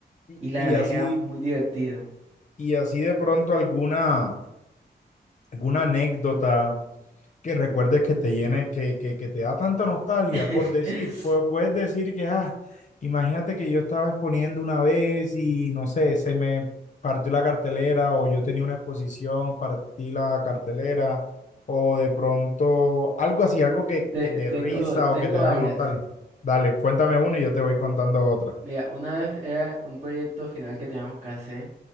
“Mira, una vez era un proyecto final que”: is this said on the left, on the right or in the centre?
Right